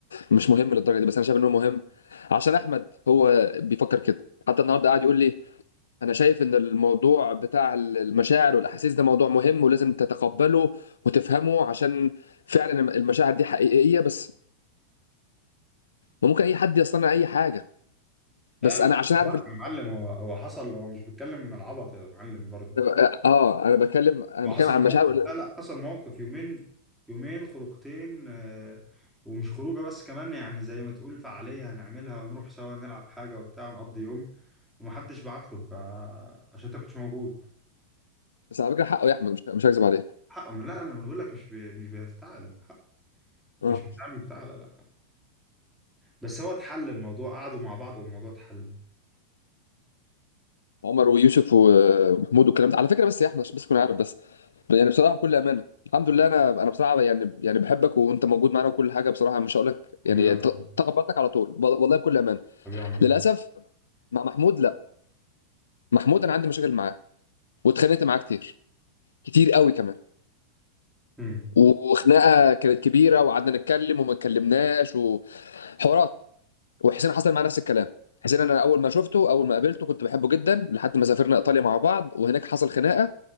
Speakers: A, on the left; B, in the centre.
A: مش مهم للدرجه دي بس انا شايف ان هو مهم عشان احمد هو بيفكر كده حتى النهارده قاعد يقول لي انا شايف ان الموضوع بتاع المشاعر والاحاسيس ده موضوع مهم ولازم تتقبله وتفهمه عشان فعلا المشاعر دي حقيقية بس ممكن اي حد يصنع اي حاجة بس
B: لا
A: انا
B: مش
A: عشان
B: بتفرج
A: اعرف ال-
B: يا معلم
A: أنا
B: هو هو حصل هو مش بيتكلم من العبط يا معلم برضه
A: ب- اه انا بتكلم انا
B: هو
A: بتكلم
B: حصل
A: عن
B: موقف
A: مشاعر
B: لا لا حصل موقف يومين يومين خروجتين آه، ومش خروجه بس كمان يعني زي ما تقول فعاليه هنعملها ونروح سوا نلعب حاجه وبتاع ونقضي يوم ومحدش بعت له فعشان انت كنتش موجود
A: بس على فكره حقه يا احمد مش مش هكذب عليك
B: حقه من لا انا بقول لك مش بي... مش بيفتعل حقه
A: اه
B: مش بتاع مفتعل لا بس هو اتحل الموضوع قعدوا مع بعض والموضوع اتحل
A: عمر ويوسف و- ومحمود والكلام ده على فكره بس يا احمد عشان بس تكون عارف بس يعني بصراحه بكل امانه الحمد لله انا انا بصراحه يعني يعني بحبك وانت موجود معانا وكل حاجه بصراحه مش هقول لك
B: حبيبي
A: يعني
B: يا عم-
A: ت- تقبلتك على طول والله بكل امانه
B: حبيبي يا عم.
A: للاسف مع محمود لا محمود انا عندي مشاكل معاه واتخانقت معاه كتير كتير قوي كمان
B: مم.
A: وخناقه كانت كبيره وقعدنا نتكلم وما اتكلمناش وحوارات وحسين حصل معاه نفس الكلام حسين انا اول ما شفته اول ما قابلته كنت بحبه جدا لحد ما سافرنا ايطاليا مع بعض وهناك حصل خناقه